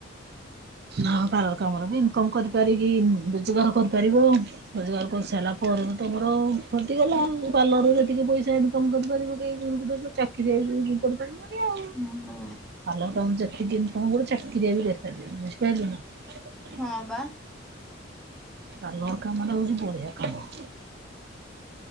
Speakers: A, on the right; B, in the centre.
A: ଧ କାର କାମରେ ବି ଇନକମ କରିପାରିଗି ରୋଜଗାର କରିପାରିବ। ରୋଜଗାର କରିସାଇଲା ପରେ ତ ତମର। ଫଟିଗଲା ଆଉ ପାର୍ଲରରୁ ଯେତିକି ପଇସା ଇନକମ୍ କରିପାରିବ କେହି ଯଉ ଗୋଟେ ଚା କିରି ଏଇ କରିପାରିବନି ଆଉ
B: ହୁଁ ହୁଁ।
A: ପାର୍ଲର କାମ ଯେତିକି ତମକୁ ଗୋଟେ ଚାକିରିଆ ବି <unintelligible> ବୁଝିପାରିଲୁ ନା।
B: ହଁ ବା।
A: ପାର୍ଲର କାମଟା ହଉଛି ବଢିଆ କାମ।